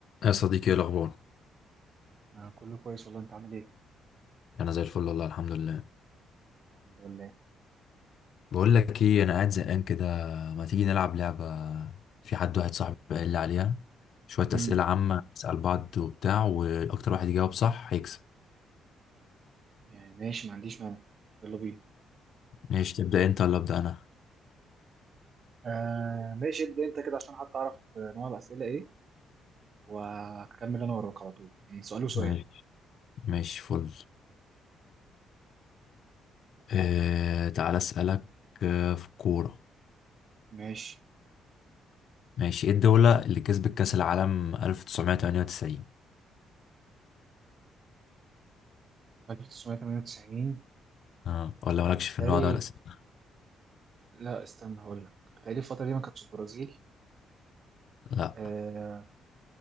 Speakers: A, on the left; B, on the right.
A: يا صديقي ايه الاخبار
B: أنا كله كويس والله أنت عامل إيه؟
A: انا زي الفل والله الحمد لله
B: الحمد لله
A: بقول لك ايه انا قاعد زهقان كده ما تيجي نلعب لعبه في حد واحد صاحبي قال لي عليها شويه
B: امم
A: اسئله عامه نسال بعض وبتاع واكتر واحد يجاوب صح هيكسب
B: يعني ماشي ما عنديش مانع يلا بينا
A: ماشي تبدا انت ولا ابدا انا
B: آه ماشي ابدأ أنت كده عشان حتى أعرف آه، نوع الأسئلة إيه وهكمل أنا وراك على طول يعني سؤال وسؤال
A: ماشي ماشي فل آه تعالى اسالك آه في الكوره
B: ماشي
A: ماشي ايه الدوله اللي كسبت كاس العالم 1998
B: 1998
A: اه ولا مالكش في
B: بالتالي
A: النوع ده من الاسئله
B: لا استنى هقول لك بالتالي الفترة دي ما كانتش البرازيل
A: لا
B: آه